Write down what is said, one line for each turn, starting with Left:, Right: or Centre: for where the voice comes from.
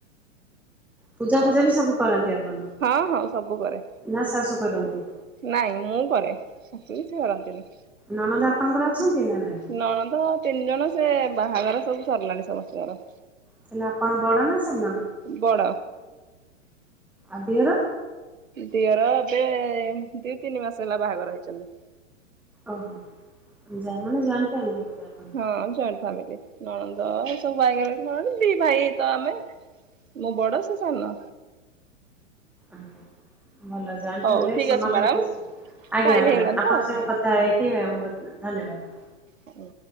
Centre: ପୂଜା
Right: ହଉ
Centre: ଫୂଜା ବି ସବୁ କରନ୍ତି ଆପଣ
Right: ହଁ ହଁ ସବୁ କରେ
Centre: ନା ଶାଶୁ କରନ୍ତି?
Right: ନାଇଁ ମୁଁ କରେ ଶାଶୁ କିଛି କରନ୍ତିନି।
Centre: ନଣନ୍ଦ ଆପଣଙ୍କର ଅଛନ୍ତି ନା ନାହିଁ?
Right: ନଣନ୍ଦ ତିନି ଜଣ ସେ ବାହାଘର ସବୁ ସରିଲାଣି ସମସ୍ତଙ୍କର।
Centre: ତାହାଲେ ଆପଣ ବଡ ନା ସାନ
Right: ବଡ
Centre: ଆଉ ଦିଅର?
Right: ଦିଅର ଏବେ ଦି ତିନି ମାସ ହେଲା ବାହାଘର ହେଇଛନ୍ତି।
Centre: ଓହୋ ଯା ମାନେ ଜଏଣ୍ଟ ଫ୍ୟାମିଲୀ ବୋଧେ ଆପଣ
Right: ହଁ ଜଏଣ୍ଟ ଫ୍ୟାମିଲି। ନଣନ୍ଦ ସବୁ ବାହା ହେଇ ଗଲେଣି ନଣନ୍ଦ ଦି ଭାଇ ତ ଆମେ। ମୁଁ ବଡ ସେ ସାନ।
Centre: ଆଜ୍ଞା ଭଲ ଜଏଣ୍ଟ
Right: ହଉ
Centre: ଫ୍ୟାମିଲି ରେ
Right: ଠିକ
Centre: ସମ୍
Right: ଅଛି ମ୍ୟାଡାମ
Centre: କେମିତି <unintelligible> ଆଜ୍ଞା
Right: ଟାଇମ
Centre: ମ୍ୟାଡାମ
Right: ହେଇଗଲାଣି
Centre: ଆପଣଙ୍କ
Right: ତ
Centre: ସାଙ୍ଗେ
Right: ହଁ।
Centre: କଥା ହେଇକି ମ୍ୟାମ ବହୁତ୍ ଧନ୍ୟବାଦ।
Right: ହୁଁ।